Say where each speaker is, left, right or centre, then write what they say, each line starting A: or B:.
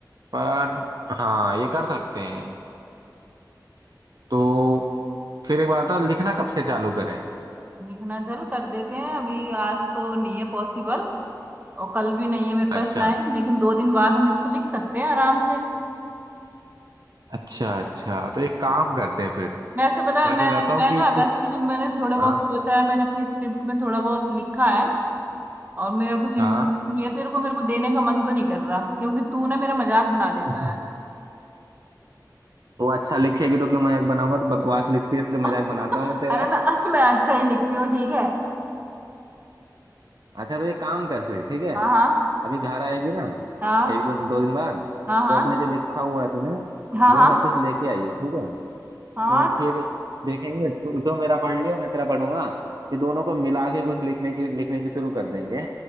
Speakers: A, on the right; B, on the right.
A: पर हाँ ये कर सकते हैं तो फिर एक बात था लिखना कब से चालू करें
B: लिखना चल कर देते हैं अभी आज तो नहीं है पॉसिबल और कल भी नहीं है मेरे पास
A: अच्छा
B: टाइम लेकिन दो दिन बाद हम इसको लिख सकते हैं आराम से
A: अच्छा अच्छा तो एक काम करते हैं फिर
B: वैसे पता है
A: मैं
B: मैं
A: क्या कहता
B: मैं
A: हूँ कि
B: ना
A: तू
B: वैसे भी जो मैंने थोड़ा बहुत
A: हाँ
B: सोचा है मैंने अपनी स्क्रिप्ट में थोड़ा बहुत लिखा है और मेरा कुछ इमोशन
A: हाँ
B: ये तेरे को मेरे को देने का मन तो नहीं कर रहा क्योंकि तू ना मेरा मजाक बना
A: <laughs>
B: देता है
A: तो अच्छा लिखेगी तो क्यों मजाक बनाऊंगा तो बकवास लिखती है इसलिए
B: <laughs>
A: मजाक बनाता हूँ मैं तेरा
B: अरे मैं मैं अच्छा ही लिखती हूँ ठीक है
A: अच्छा तो ये काम कर फिर ठीक है
B: हाँ
A: अभी घर आएगी ना
B: हाँ
A: एक दो दो दिन बाद
B: हाँ हाँ
A: तो अपने
B: हाँ
A: जो लिखा हुआ है तूने
B: हाँ
A: वो सब कुछ लेके आई हो ठीक है तो
B: हाँ हाँ
A: फिर देखेंगे तू तो मेरा पढ़ लियो मैं तेरा पढ़ूंगा फिर दोनों को मिला के कुछ लिखने की लिखने की शुरू कर देंगे